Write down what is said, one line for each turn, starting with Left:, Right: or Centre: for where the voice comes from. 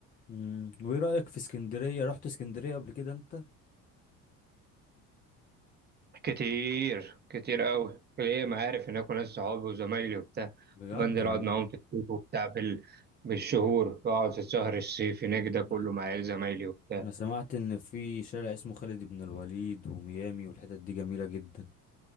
Left: امم وايه رأيك في اسكندرية رحت اسكندرية قبل كده انت
Right: كتير كتير قوي ليا معارف هناك وناس صحابي وزمايلي وبتاع
Left: بجد
Right: كنت بنزل
Left: والله
Right: اقعد معاهم في الصيف وبتاع بال... بالشهور بقعد في الشهر الصيفي هناك ده كله
Left: انا
Right: مع عيال زمايلي وبتاع
Left: أنا سمعت ان في شارع اسمه خالد بن الوليد وميامي والحتت دي جميلة جدا